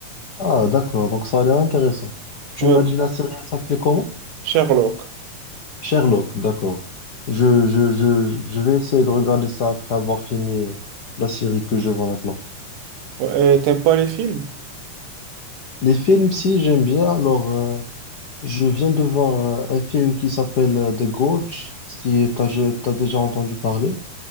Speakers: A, on the left (about 80°); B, on the right (about 80°).
A: Ah, d'accord, donc ça a l'air intéressant. Tu
B: Ouais,
A: m'as dit la série, elle s'appelait comment?
B: Sherlock.
A: Sherlock, d'accord. Je, je, je, je vais essayer de regarder ça après avoir fini la série que je vois maintenant.
B: Ouais, et t'aimes pas les films?
A: Les films, si, j'aime bien, alors. euh, Je viens de voir un, un film qui s'appelle euh, The Gorge, si t'as, je- t'as déjà entendu parler.